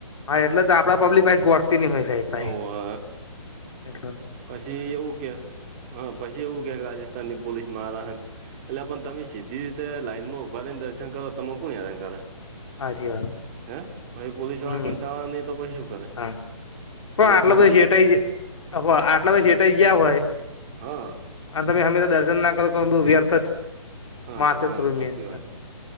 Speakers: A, on the left; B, on the right.
A: હા એટલે દા આપડા પબ્લિક ભ ગોઠતી નહિ હોય સાઈડ પાહી
B: ઓવે
A: એટ
B: પછી એવું કે હ પછી એવું કે રાજસ્થાનની પોલીસ માં મારા હન એટલે પણ તમે સીધી રીતે લાઈન માં ઉભા રહી ને દર્શન કરો તમે કોઈ હેરાન કરે.
A: હાચી વાત.
B: હે પછી પોલીસ
A: હમ
B: વાળા કંટા વાળા નહી તો પછી શું કરે.
A: હા પણ
B: અને
A: આટલા
B: એક તો પાછી
A: બધા સેટાઈ <unintelligible> તા હોય આટલા બી ચેતાઈ ગયા હોય
B: હા
A: અને તમે હા મેં દર્શન ના કરો તો <unintelligible>
B: હા
A: માથે જ છે
B: હ સાચી
A: મેં
B: વાત.